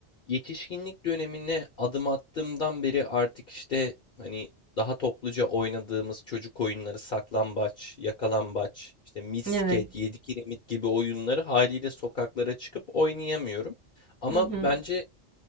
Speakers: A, on the left; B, on the right.
A: Yetişkinlik dönemine adım attığımdan beri artık işte hani daha topluca oynadığımız çocuk oyunları saklambaç, yakalambaç, işte misket,
B: Evet.
A: yedi kiremit gibi oyunları haliyle sokaklara çıkıp oynayamıyorum. Ama
B: Hı hı.
A: bence